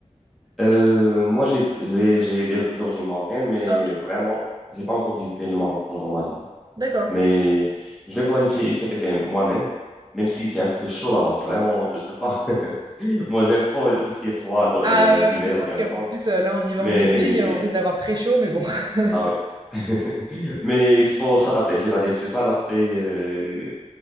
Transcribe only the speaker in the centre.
Euh, moi, j'ai j'ai- j'ai des origines marocaines, mais
vraiment, j'ai pas encore visité le Maroc pendant ma vie.
Mais je vais planifier cet été moi-même, même si c'est un peu chaud là-bas. C'est vraiment, je veux pas. <laughs> Moi, j'aime trop tout ce qui est froid, l'o-
euh, l'hiver
ou bien
l'automne.
Mais
ah ouais. <laughs> Mais il faut s'adapter, c'est-à-dire c'est ça l'aspect euh,